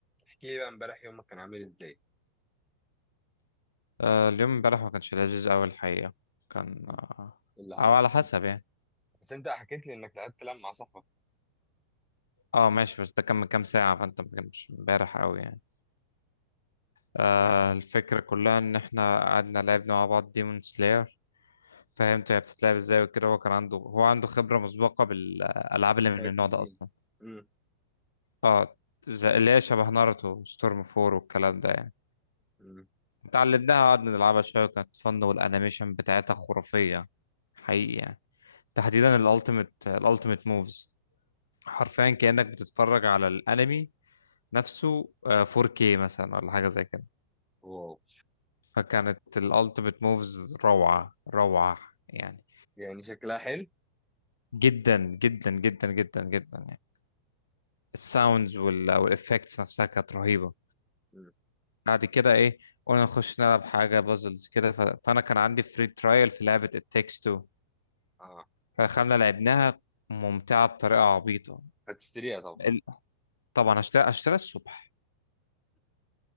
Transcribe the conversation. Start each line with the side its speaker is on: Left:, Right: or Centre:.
Centre: احكي لي بقى امبارح يومك كان عامل ازاي؟
Left: آه، اليوم امبارح ما كانش لذيذ قوي الحقيقة كان
Centre: إيه
Left: آه،
Centre: اللي حصل؟
Left: او على حسب
Centre: بس,
Left: يعني
Centre: بس انت حكيت لي انك لعبت لعب مع صاحبك
Left: اه ماشي بس ده كان من كام ساعة فانت ما كانش امبارح قوي يعني آه
Centre: نعم
Left: الفكرة كلها ان احنا قعدنا لعبنا مع بعض ديمون سلاير فهمت هي بتتلعب ازاي وكده هو كان عنده هو عنده خبرة مسبقة بالالعاب اللي من
Centre: فايتنج
Left: النوع ده
Centre: جيم
Left: اصلا
Centre: امم
Left: اه زي- اللي هي شبه ناروتو ستورم فور والكلام ده يعني
Centre: امم
Left: اتعلمناها قعدنا نلعبها شوية وكانت فن والانيميشن بتاعتها خرافية حقيقي يعني تحديدا الالتيميت الالتيميت موفز حرفيا كأنك بتتفرج على الانمي نفسه آه، 4K مثلا ولا حاجة زي كده
Centre: واو
Left: فكانت الالتيميت موفز روعة روعة يعني
Centre: يعني شكلها حلو
Left: جدا جدا جدا جدا جدا يعني الساوندز وال- والافكتس نفسها كانت رهيبة
Centre: امم
Left: بعد كده ايه قلنا نخش نلعب حاجة بازلز كده ف... فانا كان عندي فري ترايل في لعبة التكست 2
Centre: اه
Left: فدخلنا لعبناها ممتعة بطريقة عبيطة
Centre: هتشتريها طبعا
Left: ال- طبعا هشتري هشتري الصبح